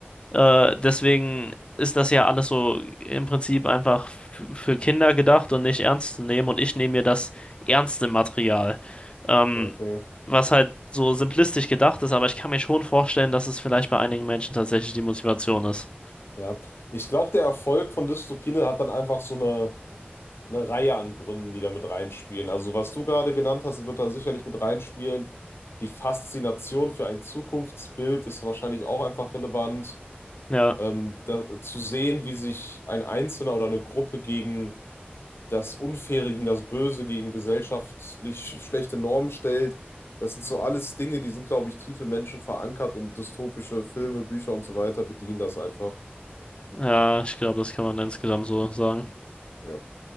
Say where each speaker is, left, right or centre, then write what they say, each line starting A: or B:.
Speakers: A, on the left; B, on the left.
A: Äh, deswegen ist das ja alles so im Prinzip einfach f- für Kinder gedacht und nicht ernst zu nehmen. Und ich nehme mir das ernste Material. Ähm,
B: Okay,
A: was halt so simplistisch gedacht ist, aber ich kann mir schon vorstellen, dass es vielleicht bei einigen Menschen tatsächlich die Motivation ist.
B: ja. Ich glaube, der Erfolg von Dystopine hat dann einfach so eine, eine Reihe an Gründen, die da mit reinspielen. Also, was du gerade genannt hast, wird da sicherlich mit reinspielen. Die Faszination für ein Zukunftsbild ist wahrscheinlich auch einfach relevant.
A: Ja,
B: ähm, da, zu sehen, wie sich ein Einzelner oder eine Gruppe gegen das Unfaire, gegen das Böse, gegen gesellschaftlich schlechte Normen stellt. Das sind so alles Dinge, die sind, glaube ich, tief im Menschen verankert und dystopische Filme, Bücher und so weiter bedienen das einfach.
A: ja, ich glaube, das kann man insgesamt so sagen.
B: Ja.